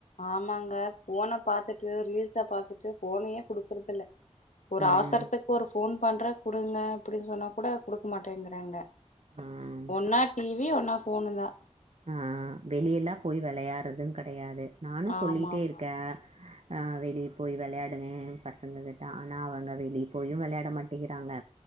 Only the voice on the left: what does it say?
ஆமாங்க ஃபோன பாத்துட்டு ரீல்ஸ பாத்துட்டு ஃபோனயே குடுக்குறது இல்ல ஒரு
அவசரத்துக்கு ஒரு ஃபோன் பண்ற குடுங்க அப்டின்னு சொன்னா கூட குடுக்க மாட்டேங்கறாங்க
ஒன்ன டிவி ஒன்னா போனுதா
ஆமாமா